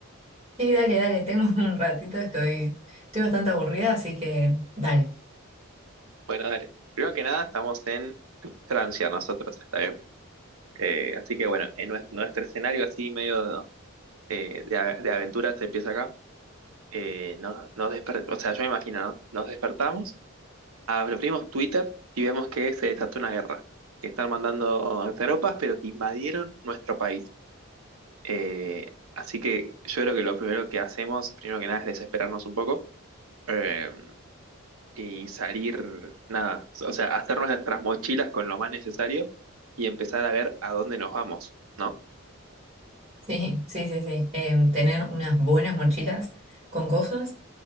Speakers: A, on the right; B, on the right.
A: Sí, dale, dale, tengo <laughs> un ratito, estoy, estoy bastante aburrida, así que dale.
B: Bueno, dale. Primero que nada, estamos en Francia nosotros, ¿está bien? Eh, así que bueno, en nues- nuestro escenario así medio eh, de, a- de aventuras empieza acá. Eh, nos, nos desper- o sea, yo me imagino, ¿no? Nos despertamos abrimos Twitter y vemos que se desató una guerra, que están mandando tropas, pero que invadieron nuestro país. Eh, así que yo creo que lo primero que hacemos, primero que nada, es desesperarnos un poco eh, y salir, nada, o sea, hacernos nuestras mochilas con lo más necesario y empezar a ver a dónde nos vamos, ¿no?
A: Sí, sí, sí, sí. Em, tener unas buenas mochilas con cosas